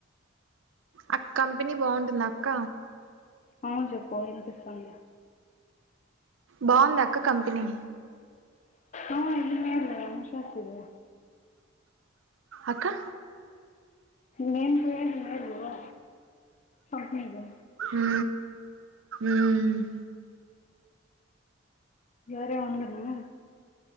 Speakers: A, on the right (about 80°); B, on the left (about 35°).
A: ఆ కంపెనీ బాగుంటుంది అక్క
B: అ చెప్పు వినిపిస్తోంది
A: బాగుందక్క కంపెనీ
B: ఆ ఇ ఎందే ఉషోచ్చింది
A: అక్కా
B: నేను పోయేది ఇదే బ్రో కంపెనీకి
A: ఉ ఉమ్
B: సరే ఉండని